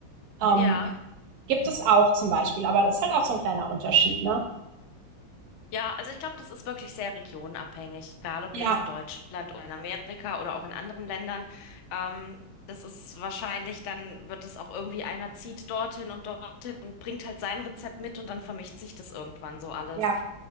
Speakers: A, on the right; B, on the left.
A: Ähm,
B: Ja,
A: gibt es auch zum Beispiel, aber das ist halt auch so ein kleiner Unterschied, ne?
B: ja, also ich glaube, das ist wirklich sehr regionabhängig, egal ob
A: Ja,
B: jetzt in Deutschland oder in Amerika oder auch in anderen Ländern. Ähm, das ist wahrscheinlich, dann wird es auch irgendwie einer zieht dorthin und dorthin und bringt halt sein Rezept mit und dann vermischt sich das irgendwann so alles.
A: ja.